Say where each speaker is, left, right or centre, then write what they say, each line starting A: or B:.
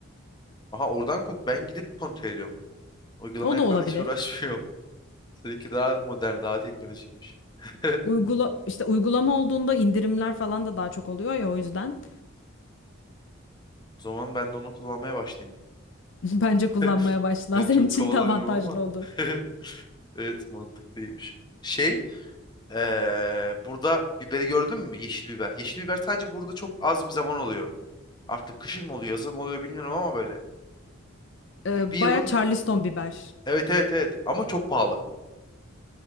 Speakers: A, on the left (about 20°); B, on the left (about 60°).
A: Aha oradan kont ben gidip kontrol ediyorum. Uygulamaya
B: O da
A: falan
B: olabilir.
A: hiç uğraşmıyorum. <laughs> Seninki daha modern, daha teknolojikmiş. <laughs>
B: Uygula işte uygulama olduğunda indirimler falan da daha çok oluyor ya o yüzden
A: O zaman ben de onu kullanmaya başlayayım.
B: <laughs> bence kullanmaya
A: <laughs>
B: başla.
A: Ben
B: Senin
A: çok
B: için
A: kovalamıyorum
B: de avantajlı
A: ama.
B: olur.
A: <laughs> Evet mantıklıymış. Şey, eee, burada biberi gördün mü? Yeşil biber. Yeşil biber sadece burada çok az bir zaman oluyor. Artık kışın mı oluyor, yazın mı oluyor bilmiyorum ama böyle.
B: Ee,
A: Bir, bir yılın
B: baya Charleston biber.
A: Evet evet evet ama çok pahalı.